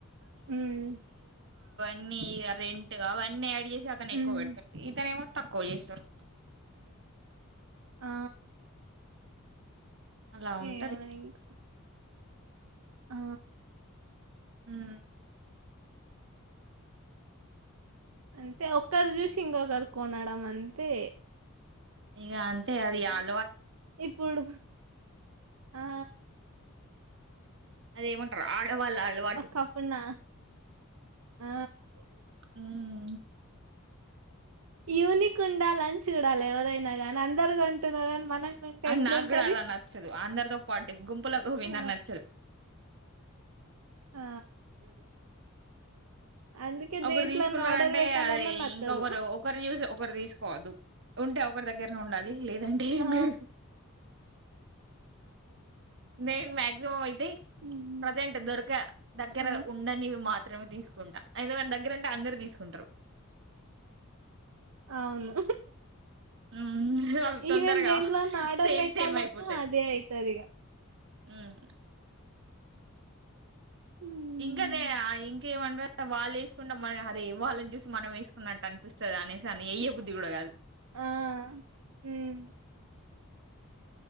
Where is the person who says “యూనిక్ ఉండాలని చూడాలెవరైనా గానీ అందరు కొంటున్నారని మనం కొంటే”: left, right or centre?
Right